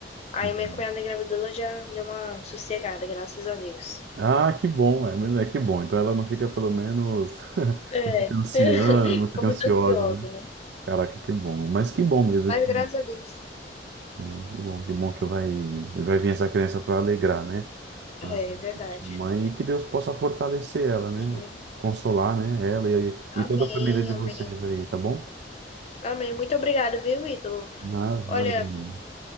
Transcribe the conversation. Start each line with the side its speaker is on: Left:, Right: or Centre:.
Left: Aí
Right: Uhum.
Left: minha cunhada engravidou, ela já deu uma sossegada, graças a Deus.
Right: Ah, que bom, é, mas é que bom. Então ela não fica pelo menos <laughs>
Left: É,
Right: não fica ansiando,
Left: <laughs>
Right: não
Left: ficou
Right: fica
Left: muito
Right: ansiosa,
Left: ansiosa,
Right: né?
Left: né?
Right: Caraca, que bom. Mas que bom mesmo
Left: Mas
Right: que,
Left: graças a Deus.
Right: né? Que bom, que bom que vai, vai vir essa criança para alegrar, né? a
Left: É, é verdade.
Right: sua mãe, e que Deus possa fortalecer ela, né?
Left: Sim.
Right: Consolar, né? Ela e,
Left: Amém,
Right: e toda a família de vocês
Left: amém.
Right: aí, tá bom?
Left: Amém. Muito obrigada, viu, Ítalo?
Right: Nada,
Left: Olha,
Right: nada. mesmo.